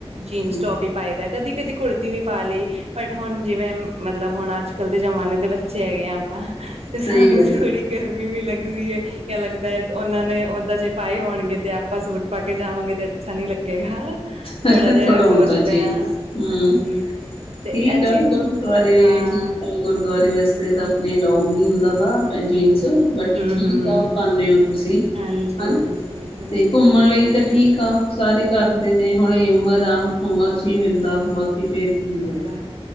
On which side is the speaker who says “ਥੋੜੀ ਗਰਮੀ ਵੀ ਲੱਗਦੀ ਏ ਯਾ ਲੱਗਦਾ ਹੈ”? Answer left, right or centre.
Right